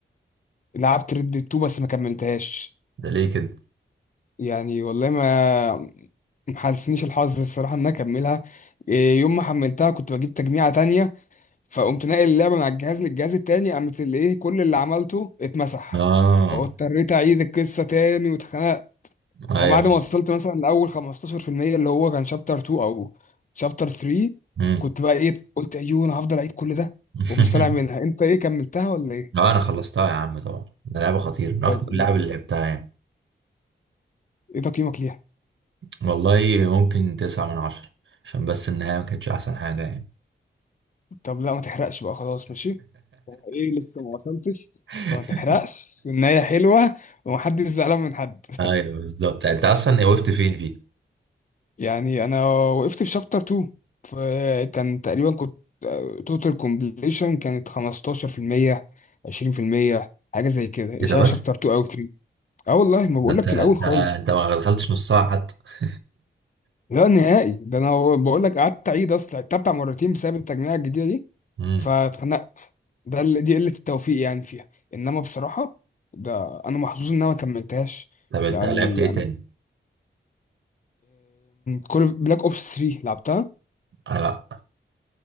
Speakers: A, on the left (about 40°); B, on the right (about 75°).
A: لعبت ريد 2 بس ما كملتهاش
B: ده ليه كده
A: يعني والله ما محالفنيش الحظ الصراحه ان انا اكملها إيه، يوم ما حملتها كنت بجيب تجميعة تانية فقمت ناقل اللعبه من على الجهاز للجهاز التاني قامت اللي ايه كل اللي عملته اتمسح
B: اه
A: فاضطريت اعيد القصه تاني واتخنقت
B: ايوه
A: فبعد ما وصلت مثلا لاول 15% اللي هو كان شابتر 2 او شابتر 3
B: امم
A: كنت بقى ايه قلت ايوه انا هفضل اعيد كل ده
B: <laughs>
A: وقمت طالع منها انت ايه كملتها ولا ايه
B: اه انا خلصتها يا عم طبعا ده لعبه خطيره من اخطر
A: طب ايه
B: اللعب اللي لعبتها يعني
A: ايه تقييمك ليها
B: والله ممكن تسعة من عشرة عشان بس النهايه ما كانتش احسن حاجه يعني
A: طب لا ما تحرقش بقى خلاص ماشي طب ايه لسه ما وصلتش
B: <laughs>
A: ما تحرقش النهايه حلوه ومحدش زعلان من حد
B: ايوه بالظبط انت اصلا وقفت فين فيه
A: يعني انا وقفت في شابتر 2 فكان تقريبا كنت توتال كومبليشن كانت 15% 20% حاجه زي كده
B: ايه
A: مش
B: ده
A: عارف
B: بس
A: شابتر 2 او 3 اه والله ما
B: ده
A: بقول
B: انت
A: لك
B: انت
A: في الاول خالص
B: انت ما دخلتش نص ساعه حتى <laughs>
A: لا نهائي ده انا بقول لك قعدت اعيد اصلا عدتها بتاع مرتين بسبب التجميع الجديده دي
B: امم
A: فاتخنقت ده اللي دي قله التوفيق يعني فيها انما بصراحه ده انا محظوظ ان انا ما كملتهاش
B: طب انت
A: يعني
B: لعبت ايه
A: انا
B: تاني
A: كل بلاك اوبس 3 لعبتها
B: آه لا